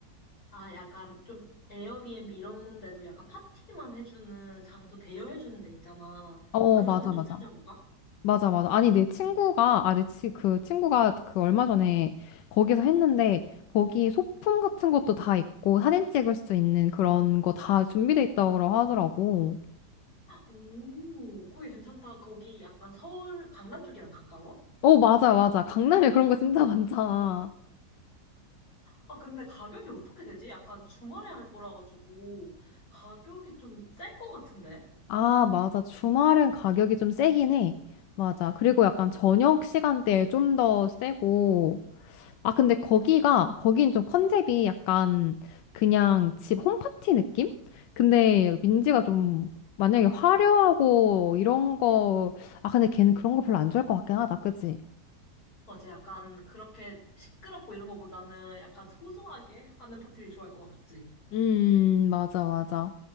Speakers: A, on the left (about 60°); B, on the left (about 85°).
A: 아, 약간 좀 에어비앤비 이런 데도 약간 파티만 해주는 장소 대여해주는 데 있잖아.
B: 어,
A: 그런
B: 맞아,
A: 데 좀
B: 맞아.
A: 찾아볼까?
B: 맞아, 맞아. 아니, 내 친구가, 아, 내 치, 그 친구가 그 얼마 전에 거기서 했는데, 거기 소품 같은 것도 다 있고, 사진 찍을 수 있는 그런 거 다 준비돼 있다고 하더라고.
A: 오, 거기 괜찮다. 거기 약간 서울, 강남 쪽이랑 가까워?
B: 어, 맞아, 맞아. 강남에 그런 거 진짜 많잖아.
A: 아, 근데 가격이 어떻게 되지? 약간 주말에 할 거라 가지고 가격이 좀 쌀 것 같은데?
B: 아, 맞아. 주말은 가격이 좀 세긴 해. 맞아. 그리고 약간 저녁 시간대에 좀 더 세고, 아, 근데 거기가, 거긴 좀 컨셉이 약간 그냥 집 홈파티 느낌? 근데 민지가 좀 만약에 화려하고 이런 거, 아, 근데 걔는 그런 거 별로 안 좋아할 것 같긴 하다, 그지?
A: 맞아, 약간 그렇게 시끄럽고 이런 거보다는 약간 소소하게 하는 파티를 좋아할 것 같지?
B: 음, 맞아, 맞아.